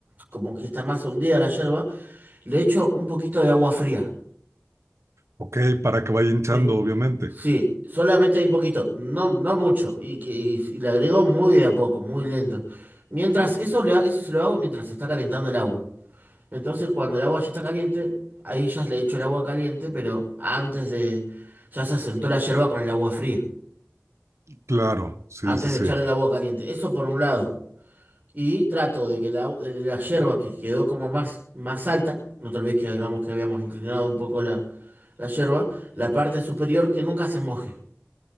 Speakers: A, on the right; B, on the right.
A: como que está más hundida la yerba, le echo un poquito de agua fría.
B: Ok, para que vaya hinchando,
A: ¿sí?
B: obviamente.
A: Sí, solamente hay un poquito, no, no mucho, y, que, y- y le agrego muy de a poco, muy lento. Mientras, eso, le, ha- eso se lo hago mientras se está calentando el agua. Entonces, cuando el agua ya está caliente, ahí ya le echo el agua caliente, pero antes de... Ya se asentó la yerba con el agua fría,
B: Claro, sí,
A: antes
B: sí,
A: de
B: sí.
A: echar el agua caliente. Eso por un lado. Y trato de que la, de la yerba que quedó como más, más alta, no te olvides que hablamos que habíamos inclinado un poco la, la yerba, la parte superior que nunca se moje.